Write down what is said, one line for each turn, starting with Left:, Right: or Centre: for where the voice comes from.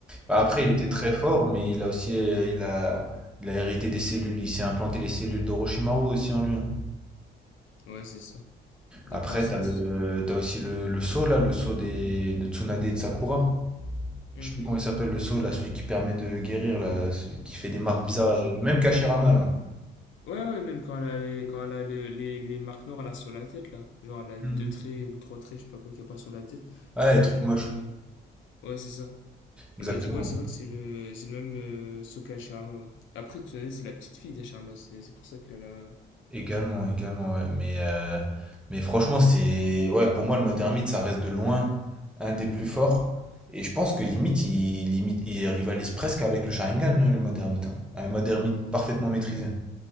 Centre: Bah,
Left: Genre,
Centre: Après,
Left: on le prenait...
Centre: il était
Left: euh,
Centre: très fort, mais il a aussi, euh, il a, il a hérité des cellules, il s'est implanté les cellules d'Orochimaru aussi en lui. hein.
Left: Ouais, c'est ça. De
Centre: Après,
Left: quoi ça...
Centre: t'as le,
Left: se-
Centre: t'as aussi le, le sceau là, le sceau des, de Tsunade et de Sakura.
Left: Mhm.
Centre: Je sais plus comment il s'appelle le sceau là, celui qui permet de guérir là, celui qui fait des marques bizarres,
Left: Ouais, je,
Centre: le même qu'Hashirama là.
Left: Ouais, ouais, même quand elle a les, quand elle a le- les, les marques noires là sur la tête, là. Genre, elle a
Centre: Hmm.
Left: deux traits ou trois traits, je sais pas quoi, qu'il n'y a pas sur la tête.
Centre: Ouais,
Left: Avec.
Centre: les trucs
Left: euh,
Centre: moches,
Left: Ouais, c'est ça.
Centre: exactement.
Left: Et bah, du... ouais, c'est vrai que c'est le, c'est le même euh, Sokka Hashirama, ouais. Après, tu sais, c'est la petite fille d'Hashirama, c'est c'est pour ça qu'elle a.
Centre: Également, également, ouais. Mais, euh, mais franchement, c'est. Ouais, pour moi, le mode ermite, ça reste de loin un des plus forts. Et je pense que limite, il, limite, il rivalise presque avec le Sharingan, hein, le mode ermite. hein. Un mode ermite parfaitement maîtrisé.